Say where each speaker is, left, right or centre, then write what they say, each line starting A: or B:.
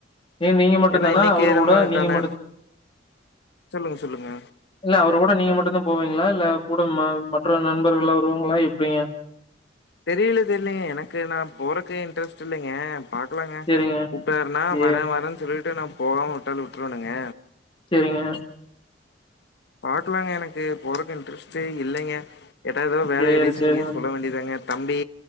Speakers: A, on the left (about 30°); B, on the left (about 65°).
A: ஏ நீங்க மட்டும்
B: ஏன்னா
A: தானா
B: இன்னைக்கே
A: அவரோட?
B: நம்மளுக்கான
A: நீங்க மட்டும்
B: சொல்லுங்க சொல்லுங்க
A: இல்ல அவரு கூட நீங்க மட்டு தா போவீங்களா இல்ல கூட ம மற்ற நண்பர்கள்லா வருவாங்களா எப்டிங்க
B: தெரியல தெர்லங்க எனக்கு நா போறக்கே இன்ட்ரெஸ்ட் இல்லைங்க பாக்கலாங்க
A: சேரிங்க.
B: கூப்ட்டாருன்னா
A: சே
B: வரே வரேன்னு சொல்லிட்டு நா போகாம விட்டாலு விட்டுருவேனுங்க
A: செரிங்க
B: பாக்கலாங்க எனக்கு போறக்கு இன்ட்ரெஸ்ட்டே இல்லைங்க கேட்டா எத வேலய
A: சேரி,
B: ரீசன்ய
A: சேரிங்க,
B: சொல்ல வேண்டியதாங்க தம்பி